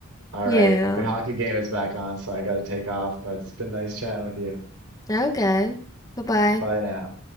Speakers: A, on the right; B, on the left.
A: All
B: Yeah.
A: right, the hockey game is back on, so I got to take off, but it's been nice chatting with you.
B: Okay. Bye bye.
A: Bye now.